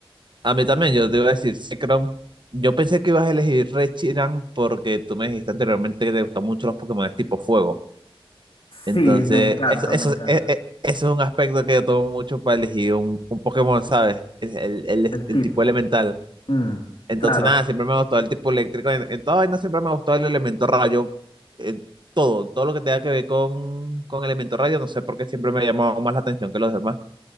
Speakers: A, on the right (about 55°); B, on the left (about 70°).
A: A mí también, yo te iba a decir Zekrom. Yo pensé que ibas a elegir Reshiram porque tú me dijiste anteriormente que te gustan mucho los Pokémon tipo fuego. Entonces,
B: Sí, me encanta,
A: eso, eso,
B: me encanta.
A: e- e- eso es un aspecto que yo tomo mucho para elegir un, un Pokémon, ¿sabes? Es El, el,
B: El
A: el
B: tipo.
A: tipo elemental.
B: Mm,
A: Entonces,
B: claro.
A: nada, siempre me ha gustado el tipo eléctrico. En, en toda vaina siempre me ha gustado el elemento rayo. en todo, todo lo que tenga que ver con, con elemento rayo, no sé por qué siempre me ha llamado más la atención que los demás.